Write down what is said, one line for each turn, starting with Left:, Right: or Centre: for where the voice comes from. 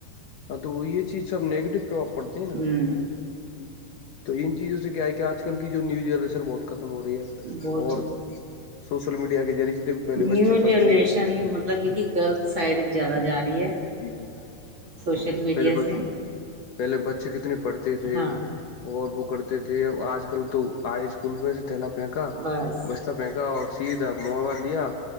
Left: ہاں تو وہ یہ چیز سب نیگیٹو پربؤ پڑتا ہے نا
Right: ہوں
Left: تو ان چیزوں سے کیا ہے کہ آج کل کی جو نیو ئرریشنر بہت ختم ہو رہی ہے
Right: بہ
Left: اور
Right: ج
Left: سوشل میڈیا کے ذریعے سے دیکھو پہلے بچے
Right: نیو
Left: پڑھنے
Right: جنریشن مطلب یہ کی غلط سائڈ زیادہ جا رہی ہے
Left: جی جی
Right: سوشل
Left: ہاں
Right: میڈیا
Left: پہلے بس
Right: سے
Left: پہلے بچے کتنے پڑھتے تھے
Right: ہاں
Left: اور وہ کرتے تھے اب آج کل تو ہائی اسکول میں سے تھیلا پھینکا
Right: بس
Left: بچلہ مہگا اور سیا موب لیا